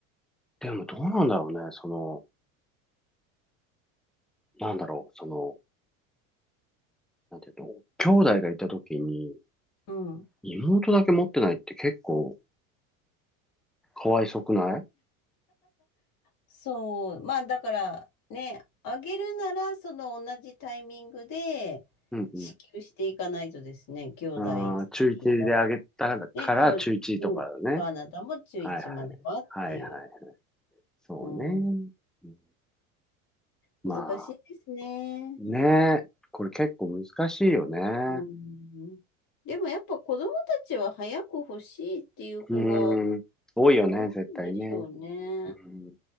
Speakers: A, in the centre; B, on the left.
A: でもどうなんだろうね。その、なんだろう。その、なんていうの、兄弟がいた時に、
B: うん。
A: 妹だけ持ってないって結構かわいそくない
B: そう、まあだからね、あげるならその同じタイミングで
A: うんうん。
B: 支給していかないとですね、兄弟さんに
A: ああ、中1であげたから中1とかだね。
B: いたら。ね、そう、うん、あなたも中1まではっていう。
A: はいはい。はいはい。そうね。
B: うん、
A: うんまあ、
B: 難しいですね。
A: ね。これ結構難しいよね。
B: うん、でもやっぱ子供たちは早く欲しいっていう子が
A: うん。多いよね、
B: 多いんでしょうね。
A: 絶対ね。うん。